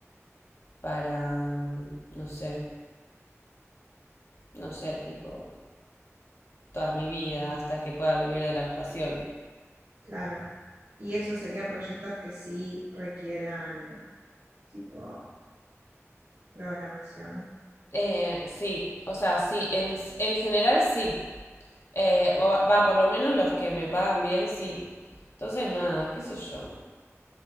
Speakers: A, on the left; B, on the right.
A: para, mm, no sé, no sé, tipo, toda mi vida hasta que pueda vivir de la actuación.
B: claro. Y eso sería proyectos que sí requieran tipo programación.
A: Eh, sí, o sea, sí, en, en general sí. Eh, va, va, por lo menos los que me pagan bien, sí. Entonces, nada, qué sé yo.